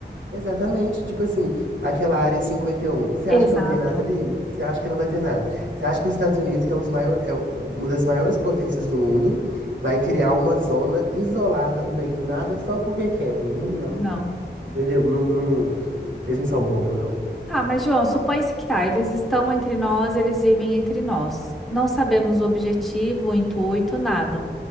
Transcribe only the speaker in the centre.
Exato.
Não.
Tá, mas João, supõe-se que tá, eles estão entre nós, eles vivem entre nós. Não sabemos o objetivo, o intuito, nada.